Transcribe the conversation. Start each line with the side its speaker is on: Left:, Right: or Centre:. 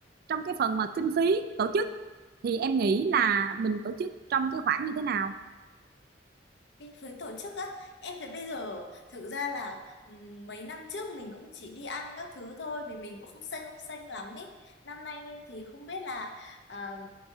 Right: trong cái phần mà kinh phí tổ chức thì em nghĩ là mình tổ chức trong cái khoản như thế nào?
Left: cái phía tổ chức á em thấy bây giờ thực ra là ừm, mấy năm trước mình cũng chỉ đi ăn các thứ thôi vì mình cũng không xanh không xanh lắm ấy năm nay thì không biết là ờ,